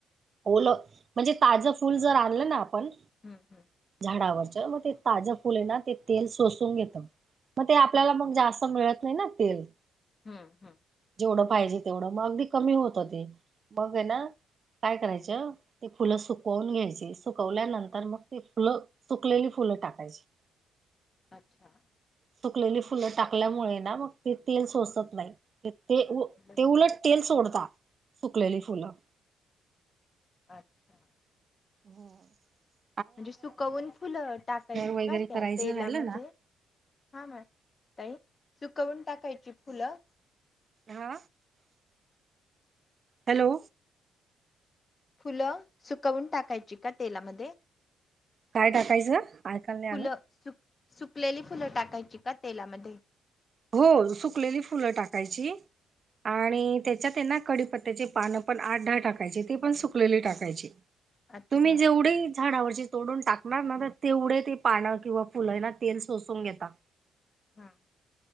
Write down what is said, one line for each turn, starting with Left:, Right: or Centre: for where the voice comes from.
Right: ओलं म्हणजे ताजं फुल जर आणलं ना आपण
Left: हं, हं.
Right: झाडावर मग ते ताज फुले ना ते तेल सोून घेत मग ते आपल्याला मग जास् मिळ नाही ना तेल
Left: हम्म हम्म
Right: जवढं पाहिजे तेवढं मग अगदी कमी होत ते मग आहे ना कराय फुलं सुकवून घ्याय सुवल्यानंतर मग फुलं सुकलेली फुलं टाकायची
Left: अच्छा.
Right: सुकलेली फुलं टाकल्यामुळे ना. ते तेल सोसत नाही. ते
Left: बंद
Right: ते उलट तेल सोडत. सुकलेली फुलं.
Left: अच्छा.
Right: होम <unintelligible>
Left: म्हणजे सुकवून फुलं टाकायची
Right: वगैरे
Left: का
Right: करायचं
Left: त्या तेलामध्ये?
Right: राहिलं ना
Left: हा मॅडम. ताई सुकवून टाकायची फुलं?
Right: हा. हॅलो.
Left: फुलं सुकवून टाकायची का तेलामध्ये?
Right: काय टाकायचं? ऐकायला नाही
Left: फुलं
Right: आलं.
Left: सुक सुकलेली फुलं टाकायची का तेलामध्ये?
Right: हो सुकलेली फुलं टाकायची. आणि त्याच्यात त्यांना कडीपत्त्याची पानं पण आठ-दहा टाकायची ती पण सुकलेली टाकायची.
Left: अच्छा.
Right: तुम्ही जेवढे झाडावरची तोडून टाकणार ना. तर तेवढे ते पानं किंवा फुलना तेल सोसून घेतात.
Left: हा.